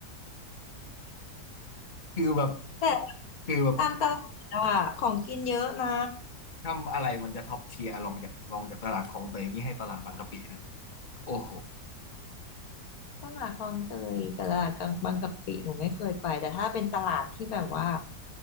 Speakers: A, on the left; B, on the left.
A: <laughs> คือแบบ
B: แต่
A: คือแบบ
B: ตามตลาดอะของกินเยอะนะ
A: ทำอะไรมันจะท็อปเทียร์ลองจากลองจากตลาดคลองเตยนี่ให้ตลาดบางกะปินะโอ้โห
B: ตลาดคลองเตยกับตลาดกลางบางกะปิหนูไม่เคยไปแต่ถ้าเป็นตลาดที่แบบว่า